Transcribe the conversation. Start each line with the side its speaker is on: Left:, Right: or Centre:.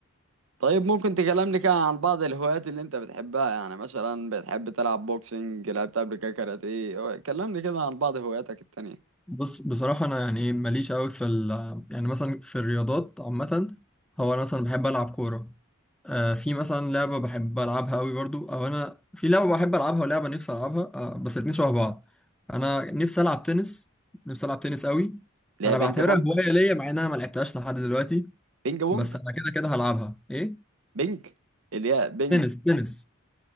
Right: طيب ممكن تكلمني كده عن بعض الهوايات اللي انت بتحبها يعني مثلا بتحب تلعب بوكسنج لعبت قبل كده كاراتيه كلمني كده عن بعض هواياتك التانية
Centre: بص بصراحة أنا يعني إيه ماليش أوي في ال يعني مثلا في الرياضات عامة هو أنا مثلا بحب ألعب كورة آه في مثلا لعبة بحب ألعبها أوي برضو أو أنا في لعبة بحب ألعبها ولعبة نفسي ألعبها آه بس الاتنين شبه بعض أنا نفسي ألعب تنس نفسي ألعب تنس أوي
Right: اللي
Centre: أنا
Right: هي بينج
Centre: بعتبرها
Right: بونج
Centre: هواية ليا مع إن أنا ملعبتهاش لحد دلوقتي
Right: بينج بونج
Centre: بس أنا كده كده هلعبها إيه؟
Right: بينج اللي هي بينج
Centre: تنس تنس